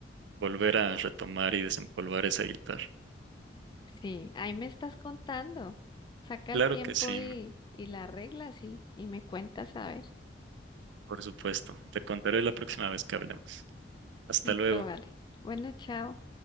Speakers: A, on the right; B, on the left.
A: volver a retomar y desempolvar esa guitarra.
B: Sí, ahí me estás contando. Saca
A: Claro
B: el tiempo
A: que sí,
B: y, y la arreglas y, y me cuentas a ver.
A: por supuesto. Te contaré la próxima vez que hablemos. Hasta
B: Listo,
A: luego.
B: vale. Bueno, chao.